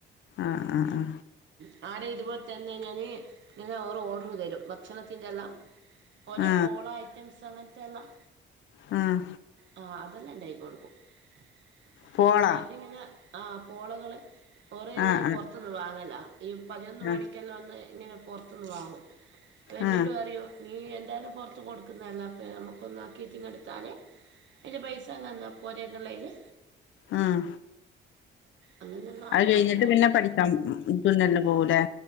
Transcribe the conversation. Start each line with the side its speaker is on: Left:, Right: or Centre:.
Left: അ അ അഹ്
Right: <unintelligible> ഇരുപത്തെനന്നി <unintelligible> ഓർഡർതരും ഭക്ഷണത്തിന്റെല്ലാം ഓരോ
Left: ആഹ്
Right: പോളഐറ്റംസ്ങ്ങനത്തെല്ലാം
Left: ആഹ് ആഹ്
Right: അ അതെല്ലാംണ്ടായി <unintelligible>
Left: പോള
Right: <unintelligible> ആപോളകള് കുറെയ്ഞ്ഞ
Left: ആ ആ
Right: പുറത്ത്ന്ന് വാങ്ങല ഈ പതിനൊന്ന്മണിക്കെല്ലാംന്ന്
Left: ആ
Right: ഇങ്ങനെ പൊറത്തുന്ന് വാങ്ങും ക്കഎന്നോട്
Left: ആ
Right: പറയും നീയാന്താലുംപൊറത്ത് കൊടുക്കുന്നതല്ല നമുക്കൊന്നാക്കിട്ടിങ്ങഎടുത്താല് അതിന്റെ പൈസ തന്ന പോലന്നുള്ളയില്
Left: ആഹ്
Right: അങ്ങനെയുള്ള
Left: അത്കഴിഞ്ഞിട്ട്
Right: ആക്കി കൊടുക്കും
Left: പിന്നെ പഠിക്കാം തുന്നൽന്നുപോവൂലെ?